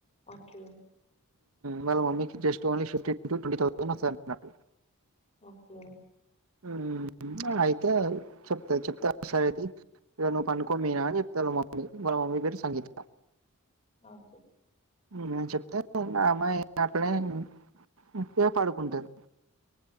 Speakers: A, on the left; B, on the right.
A: ఓకే.
B: వాళ్ళ మమ్మీకి just only fifteen to twenty thousand వస్తడంట అన్నాడు
A: ఓకే
B: ఊ ఆ అయితే చెప్త చెప్తా సరే తీ ఇక నువ్వు పనుకో మీనా అని చెప్తాదివాళ్ళ మమ్మి ఆమె పేరు సంగీత
A: ఓకే
B: నేను చెప్తే మా అమ్మాయి అట్లే బుద్దిగ పడుకుంటది